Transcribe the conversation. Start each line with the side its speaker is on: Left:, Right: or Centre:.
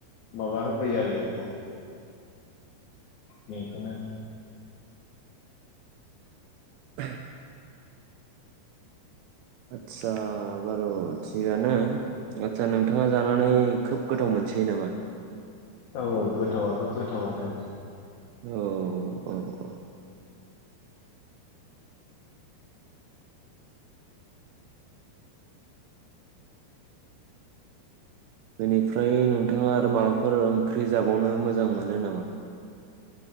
Left: माबा फैयो आरो इखौ। बेखौनो
Right: <inaudible> आदसा बार' थिगानो आदसा नोंथाङा जानानै खोब गोथाव मोनसोयो नामा?
Left: औ गोथावाथ' गोथावानो।
Right: औ औ औ। बेनिफ्राय नोंथाङा आरो माबाफोर ओंख्रि जाबावनो मोजां मोनो नामा?